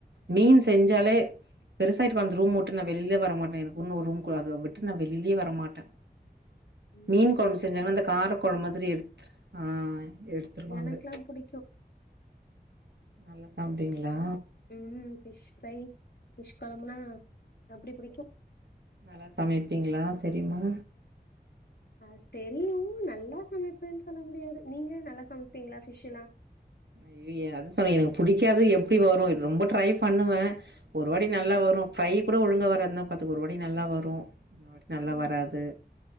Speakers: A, on the right; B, on the left.
A: மீன் செஞ்சாலே பெருசா இருக்கு அந்த ரூம விட்டு நா வெளிலே வரவே மாட்ட எனக்குன்னு ஒரு ரூம் கூ அத விட்டு நா வெளிலியே வர மாட்ட
B: ம்ஹ்ம்.
A: மீன் குழம்பு செஞ்சாங்கன்ன
B: எனக்கெல்லாம்
A: அந்த கார
B: புடிக்கும்.
A: கொழம்பு மாதிரி எடுத் ஆ எடுத்துருவாங்க
B: எனக்கெல்லாம் புடிக்கும்.
A: நல்லா சாப்டுவீங்ளா
B: ம் ஃபிஷ் ஃப்ரை ஃபிஷ் கொழம்புனா அப்டி புடிக்கும்
A: நல்லா சமைப்பீங்ளா தெரியுமா
B: அ தெரியும் நல்லா சமைப்பேன்னு சொல்ல முடியாது நீங்க நல்லா சமைப்பீங்ளா ஃபிஷ் எல்லாம்
A: அய்ய அது சொன்ன எனக்கு புடிக்காது எப்டி வரும் ரொம்ப ட்ரை பண்ணுவேன் ஒரு வாட்டி நல்லா வரும் ஃப்ரை கூட ஒழுங்க வராதுனா பாத்துக்கோ ஒரு வாட்டி நல்லா வரும் இன்னொரு நல்லா
B: ம்.
A: வராது